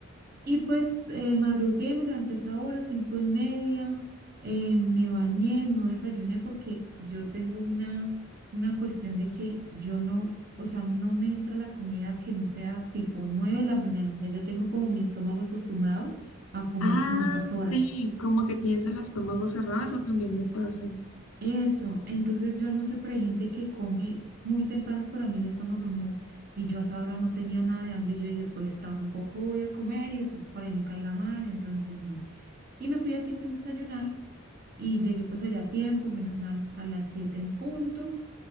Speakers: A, on the right; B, on the left.
A: Y pues eh, madrugué, me levanté a esa hora, cinco y media, eh, me bañé, no desayuné porque yo tengo una, una cuestión de que yo no, o sea, no me entra la comida que no sea tipo nueve de la mañana, o sea, yo tengo como mi estómago acostumbrado a comer
B: Ah,
A: como a esas horas.
B: sí, como que tienes el estómago cerrado, eso también me pasa.
A: Eso, entonces yo no sé, pero hay gente que come muy temprano, pero a mí el estómago no. Y yo a esa hora no tenía nada de hambre. y Yo dije, pues tampoco voy a comer y después por ahí me caiga mal, entonces no. Y me fui así sin desayunar y llegué pues allá a tiempo, menos mal, a las 7 en punto.